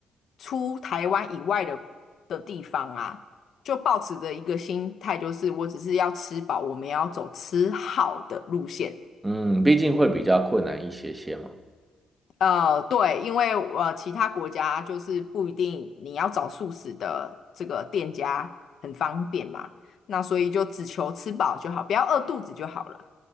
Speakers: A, on the left (about 60°); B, on the right (about 15°).
A: 出台湾以外的的地方啊，就抱持着一个心态，就是我只是要吃饱，我们要走吃好的路线。
B: 嗯，毕竟会比较困难一些些嘛。
A: 呃，对，因为呃，其他国家就是不一定你要找素食的这个店家很方便嘛，那所以就只求吃饱就好，不要饿肚子就好了。